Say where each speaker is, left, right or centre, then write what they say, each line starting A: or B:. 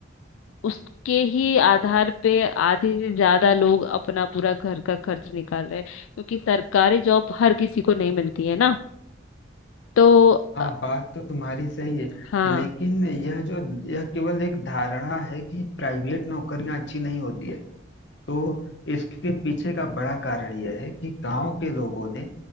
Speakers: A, on the left; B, on the left.
A: उसके ही आधार पे आधे से ज्यादा लोग अपना पूरा घर का खर्च निकाल रहे हैं क्योंकि सरकारी जॉब हर किसी को नहीं मिलती है ना तो
B: हाँ
A: अ,
B: बात तो तुम्हारी सही है
A: हाँ
B: लेकिन यह जो यह केवल एक धारणा है कि प्राइवेट नौकरियां अच्छी नहीं होती है तो इसके पीछे का बड़ा कारण यह है कि गांव के लोगों ने